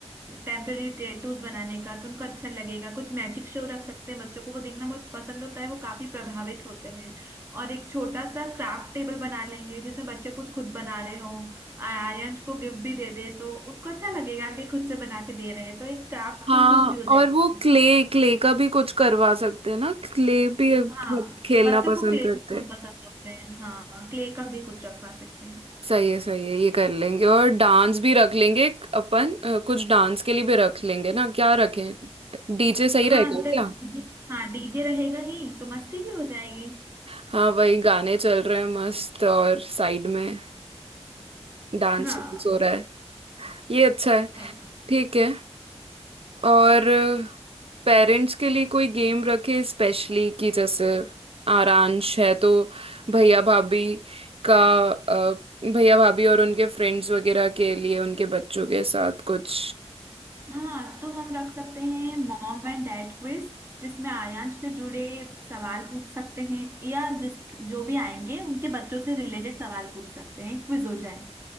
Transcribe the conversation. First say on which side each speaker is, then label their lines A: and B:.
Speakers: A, on the right (about 20°); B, on the right (about 55°).
A: टेम्पररी टैटूज बनाने का तो उनको अच्छा लगेगा कुछ मैजिक शो रख सकते हैं बच्चों को वो देखना बहुत पसंद होता है वो काफी प्रभावित होते हैं और एक छोटा सा क्राफ्ट टेबल बना लेंगे जिसमें बच्चे कुछ खुद बना रहे हो आर्यन को गिफ्ट भी दे दे तो उनको अच्छा लगेगा कि खुद से बना के दे रहे हैं तो एक क्राफ्टी
B: हाँ
A: चीज भी हो जाएगी
B: और वो क्ले क्ले का भी कुछ करवा सकते हैं ना क्ले भी बहुत
A: हाँ
B: खेलना
A: बच्चों
B: पसंद
A: को क्ले
B: करते
A: बहुत
B: हैं
A: पसंद होते हैं हाँ क्ले का भी कुछ रखवा सकते हैं
B: सही है सही है ये कर लेंगे और डांस भी रख लेंगे अपन अ, कुछ डांस के लिए भी रख लेंगे ना क्या रखें डीजे सही
A: हाँ
B: रहेगा
A: तो
B: क्या
A: डीजे हाँ डीजे रहेगा ही तो मस्ती भी हो जाएगी
B: हाँ वही गाने चल रहे हैं मस्त और साइड में डांस
A: हाँ
B: हो रहा है ये अच्छा है
A: सही बात
B: ठीक है और पेरेंट्स के लिए कोई गेम रखे स्पेशली कि जैसे आरांश है तो भैया भाभी का अ, भैया भाभी और उनके फ्रेंड्स वगैरह के लिए उनके बच्चों के साथ कुछ
A: हाँ तो हम रख सकते हैं मॉम एंड डैड क्विज जिसमें आर्यांश से जुड़े सवाल पूछ सकते हैं या जिस जो भी आएंगे उनके बच्चों से रिलेटेड सवाल पूछ सकते हैं क्विज हो जाए